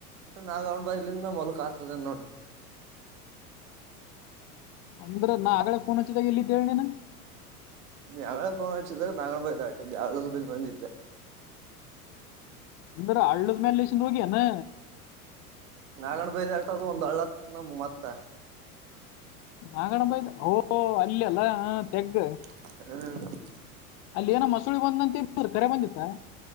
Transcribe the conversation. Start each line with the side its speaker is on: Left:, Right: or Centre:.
Right: ನಾಗವಣ್ ಬಲಿಂದ ಮಲ್ಕ ಆತದ ನೋಡ
Left: ಅಂದ್ರ ನಾ ಆಡೆ ಫೋನ್ ಹಚ್ಚಿದಾಗ ಇಲ್ಲಿತ್ ಹೇಳನೇನ
Right: ನೀ ಯಾವಳ ಫೋನ್ ಮಾಡಸಿದಾಗ ನ ಬತಾ ಆಟಿದ್ದಿ ಯಾವಳ ಬೆಲ್ ಬಂದಿದ್ದೆ
Left: ಅಂದ್ರ ಹಳ್ಳದ್ಮೇಲೆಸಂದು ಹೋಗ್ಯಾನ
Right: ನಾಗಣ ಬೈದ ಆಟದದು ಒಂದ್ ಹಳ್ಳತ್ ನಮ ಮತ್ತ
Left: ನಾಗಣ ಬೈಕ್ ಇಲ್ಲ ಅಲ್ಲ ತೆಗ್ಗ
Right: ಹ್ಮ್
Left: ಅಲ್ಲಿ ಏನ ಮ ಚುಳಿ ಬಂದಂತೆ ಇರು ಕರೆ ಬಂದಿತ್ತ